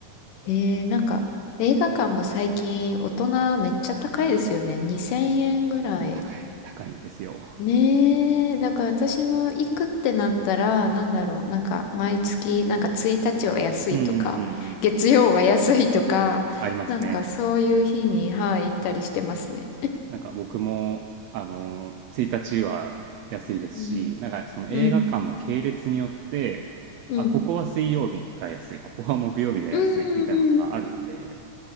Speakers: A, on the left (about 90°); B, on the right (about 80°).
A: ええなんか、映画館も最近大人めっちゃ高いですよね。2000円ぐらい。
B: 高い、高いんですよ。
A: ねえ、だから私も行くってなったら、なんだろう、なんか毎月、なんか1日は安いとか、
B: <laughs> うんうんうんう
A: 月曜は安いとか、
B: ん。ありますね。
A: なんかそういう日に、はい、行ったりしてますね。
B: なんか僕も、あの、1日は安いですし、
A: うん、
B: なんかその映画館の系列によって、
A: うん、うん、
B: あ、ここは水曜日が安い、ここは木曜日が安いみたいなのがあるんで、
A: うん、うん、